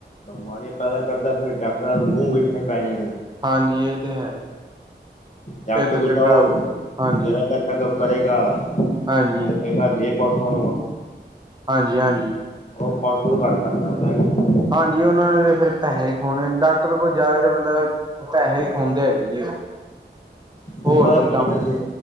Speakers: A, on the left (about 40°); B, on the right (about 25°).
A: ਬਮਾਰੀਆਂ ਪੈਦਾ ਕਰਦੈ ਫੇੇਰ ਡਾਕਟਰਾਂ ਮੂੰਹ ਵੇਖਣੇ ਪੈ ਜਾਣੇ।
B: ਹਾਂਜੀ, ਏ ਤੇ ਹੈ ਈ।
A: ਡਾਕਟਰ
B: <unintelligible>
A: ਕੋਲ ਜਾਓ
B: ਹਾਂਜੀ
A: ਜਰਾ ਜਾ ਚੈੱਕਅਪ ਕਰੇਗਾ।
B: ਹਾਂਜੀ।
A: ਨਾਲੇ ਕਹੇਗਾ ਦੇ ਪੰਜ ਸੌ
B: ਹਾਂਜੀ-ਹਾਂਜੀ।
A: ਓਹ ਪੰਜ ਸੌ ਤੋਂ ਘੱਟ ਗੱਲ ਕਰਦਾ ਈ ਨੀ।
B: ਹਾਂਜੀ, ਓਹਨਾਂ ਨੇ ਤੇ ਫੇਰ ਪੈਹੇ ਕਮੋਣੇ। ਡਾਕਟਰ ਕੋਲ ਜਾਵੇ ਤੇ ਬੰਦਾ ਪੈਹੇ ਹੀ ਖੋਂਦੇ ਹੈਗੇ ਜੀ ਓਹ ਹੋਰ
A: ਉਹਨਾਂ ਦਾ
B: ਕੋਈ
A: ਬਿਜਨਸ
B: ਕੰਮ?
A: ਏ।